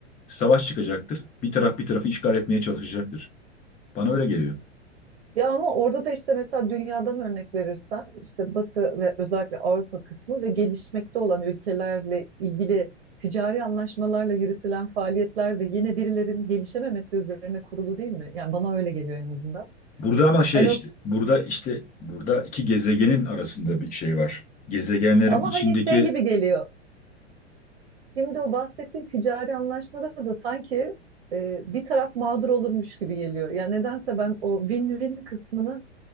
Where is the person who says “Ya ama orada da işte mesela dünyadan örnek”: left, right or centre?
Right